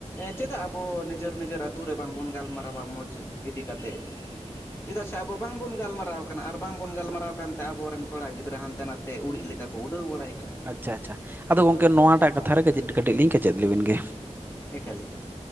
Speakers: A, on the left; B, on the right.
A: ᱪᱮᱫᱟᱜ ᱟᱵᱚ ᱱᱤᱡᱮᱨ ᱱᱤᱡᱮᱨ ᱟ ᱛᱩ ᱨᱮ ᱵᱟᱝ ᱵᱚᱱ ᱜᱟᱞᱢᱟᱨᱟᱣᱟ ᱢᱚᱡᱽ ᱤᱫᱤ ᱠᱟᱛᱮᱜ᱾ ᱪᱮᱫᱟᱜ ᱥᱮ ᱟᱵᱚ ᱵᱟᱝᱵᱚᱱ ᱜᱟᱞᱢᱟᱨᱟᱣ ᱠᱟᱱᱟ ᱟᱨ ᱵᱟᱝᱵᱚᱱ ᱜᱟᱞᱢᱟᱨᱟᱣ ᱠᱟᱱᱛᱮ ᱟᱵᱚᱨᱮᱱ ᱠᱚᱲᱟ ᱜᱤᱫᱽᱨᱟᱹ ᱦᱟᱱᱛᱮ ᱱᱟ ᱛᱮ ᱩᱲᱤᱡ ᱞᱮᱠᱟ ᱠᱚ ᱩᱰᱟᱹᱣ ᱵᱟᱲᱟᱭ ᱠᱟᱱᱟ᱾
B: ᱟᱪᱪᱷᱟ ᱟᱪᱪᱷᱟ, ᱟᱫᱚ ᱜᱚᱝᱠᱮ ᱱᱚᱣᱟᱴᱟᱜ ᱠᱟᱛᱷᱟ ᱨᱮ ᱠᱟᱹᱪᱤᱰ ᱠᱟᱹᱴᱤᱡ ᱞᱤᱧ ᱠᱮᱪᱮᱫ ᱞᱮᱵᱮᱱ ᱜᱮ᱾
A: ᱮᱠᱟᱞ ᱮᱠᱟᱞ᱾